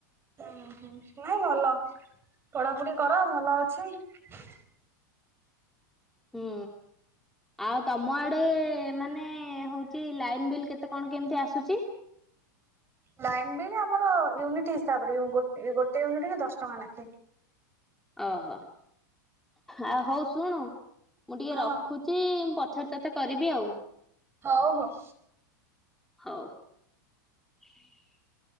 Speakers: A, on the right; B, in the centre.
A: ହୁଁ ହୁଁ ନାଇଁ ଭଲ ପଢାପଢି କର ଭଲ ଅଛି।
B: ହୁଁ। ଆଉ ତମ ଆଡେ ମାନେ ହଉଛି ଲାଇନ ବିଲ୍ କେତେ କଣ କେମିତି ଆସୁଛି? <inaudible>
A: ଲାଇନ ବିଲ୍ ଆମର ୟୁନିଟ ହିସାବରେ ଗୋଟେ ୟୁନିଟ କି ଦଶ ଟଙ୍କା ନାଖେ।
B: ଓହୋ ଆ ହଉ ଶୁଣୁ ମୁଁ ଟିକେ
A: ହଁ
B: ରଖୁଛି। ପଛରେ ତତେ କରିବି ଆଉ।
A: ହଉ ହଉ।
B: ହଉ। <inaudible>